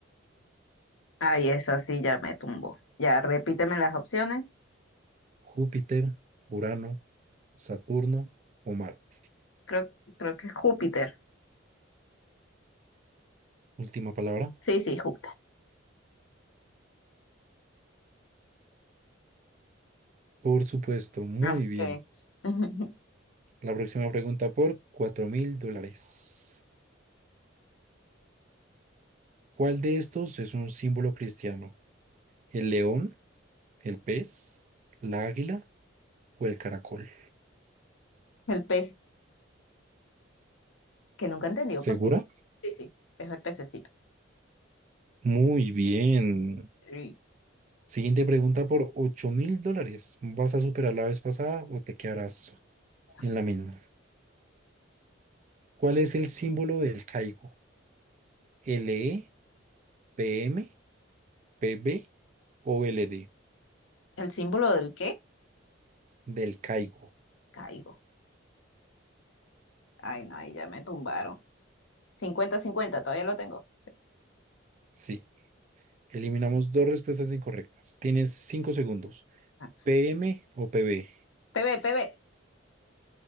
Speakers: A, on the left; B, on the right.
A: Ay, esa sí ya me tumbó. Ya, repíteme las opciones.
B: Júpiter, Urano, Saturno o Marte.
A: Creo, creo que es Júpiter.
B: Última palabra.
A: Sí, sí, Júpiter.
B: Por supuesto, muy
A: Ah,
B: bien.
A: qué bien. <laughs>
B: La próxima pregunta por cuatro mil dólares. ¿Cuál de estos es un símbolo cristiano? ¿El león? ¿El pez, la águila o el caracol?
A: El pez, que nunca entendió
B: ¿Segura?
A: por qué. Sí, sí, es el pececito.
B: Muy bien.
A: Y,
B: Siguiente pregunta por ocho mil dólares. ¿Vas a superar la vez pasada o te quedarás
A: no
B: en
A: sé.
B: la misma? ¿Cuál es el símbolo del caigo? L E P M P B o L D
A: ¿El símbolo del qué?
B: Del caigo.
A: Caigo. Ay, no, ahí ya me tumbaron. Cincuenta, cincuenta. todavía lo tengo. Sí.
B: Sí. Eliminamos dos respuestas incorrectas. Tienes 5 segundos.
A: Ah.
B: P M o P B.
A: PB, PB.